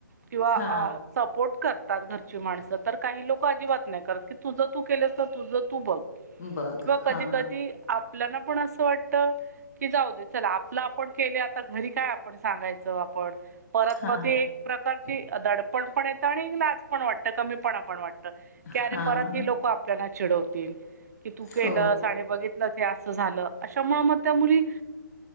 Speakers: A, on the right; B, on the left.
A: किंवा
B: हा
A: अंऽ सपोर्ट करतात घरची माणसं, तर काही लोकं अजिबात नाही करत, की तुझं तू केलंस तर तुझं तू बघ.
B: बघ
A: वा कधी
B: हा
A: कधी. आपल्याला पण असं वाटत की जाऊ दे चला आपलं आपण केले आता घरी काय आपण सांगाय च आपण परत
B: हा
A: प ते प्रकार. दडपण पण येत आणि लाज पण वाटत कमी पण पण वाटत
B: हा
A: की अरे परत ही लोक ल्याला चिडवतील की तू केलंस
B: हो,
A: आणि बघितलं ते असं झालं. अशामुळे म त्या मुली